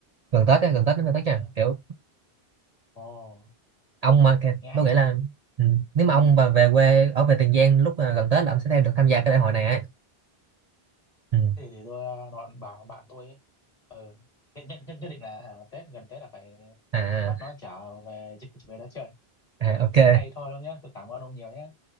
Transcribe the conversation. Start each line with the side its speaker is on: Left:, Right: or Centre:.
Right: gần Tết á gần Tết đến tới nha
Left: Lễ...
Right: kiểu
Left: Ồ,
Right: ông mà kìa,
Left: nghe hay
Right: tôi nghĩ
Left: nhỉ?
Right: là ừ, nếu mà ông mà về quê ở về Tiền Giang lúc à, gần Tết là ông sẽ thêm được tham gia cái đại hội này ấy ừ.
Left: Thế để để tôi uh, nói bảo bạn tôi ấy. Ờ, nhất, nhất, nhất, nhất định là hả, Tết gần Tết là phải
Right: à,
Left: bắt
Right: à
Left: nó trở về <laughs> về đó chơi.
Right: à,
Left: Ừ,
Right: ok
Left: thế này thôi đâu nhé, tôi cảm ơn ông nhiều nhé.